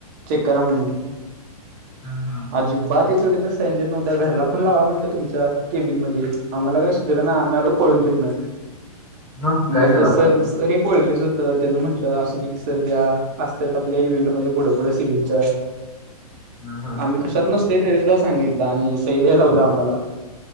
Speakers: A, on the right (about 25°); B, on the left (about 30°).
A: चेक करा म्हणून
B: हा हा हा.
A: अजिबात एचडी तर साईन देत नव्हते घरला फोन लावा म्हटलं तुमच्या केबिन मध्ये आम्हाला काय सुधरना आम्ही आलो पळून तिथंन
B: <inaudible>
A: म्हणतो
B: काय केलासा?
A: सर सर एक ओळखीच तर त्यांना म्हटलं अस सर उद्या असतात आपल्या इव्हेंटमध्ये पुढे पुढे सीओच्या
B: <inaudible> हा
A: आम्ही कशात नसतोय तरी सुद्धा सांगितलं आणि सई द्यायला आम्हाला